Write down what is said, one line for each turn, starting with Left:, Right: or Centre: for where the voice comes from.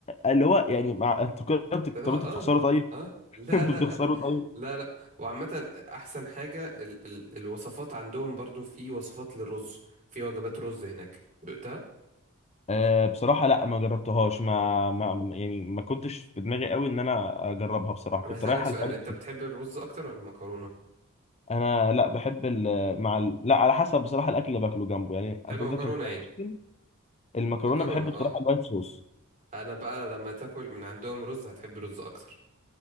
Left: اللي هو يعني مع انتوا كده بت-
Right: هو
Left: طب
Right: اه
Left: انتوا بتخسروا طيب
Right: اه
Left: <laughs>
Right: لا
Left: انتوا
Right: لا
Left: بتخسروا
Right: لا
Left: طيب
Right: لا لا وعامة أحسن حاجة ال ال الوصفات عندهم برضو في وصفات للرز في وجبات رز هناك دقتها؟
Left: أه بصراحه لا ما جربتهاش ما, ما يعني ما كنتش في دماغي قوي ان انا اجربها بصراحه
Right: أنا
Left: كنت
Right: هسألك
Left: رايح
Right: سؤال
Left: على الفرد
Right: أنت بتحب الرز أكتر ولا المكرونة؟
Left: انا لا بحب ال مع ال... لا على حسب بصراحه الاكل اللي باكله جنبه يعني
Right: تحب
Left: انت
Right: مكرونة
Left: قصدك الفرايد
Right: يعني؟
Left: تشيكن المكرونه
Right: مكرونة
Left: بحب بصراحه
Right: اه
Left: الوايت صوص
Right: أنا بقى لما تاكل من عندهم رز هتحب الرز أكتر